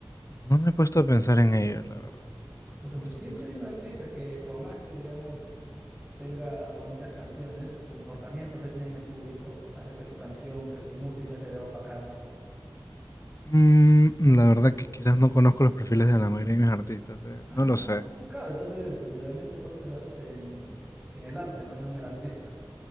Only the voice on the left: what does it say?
No me he puesto a pensar en ello, la verdad. No
me he
puesto
a pensar
Mm, la verdad que quizás no conozco los perfiles de la mayoría de mis artistas, eh,
No lo sé.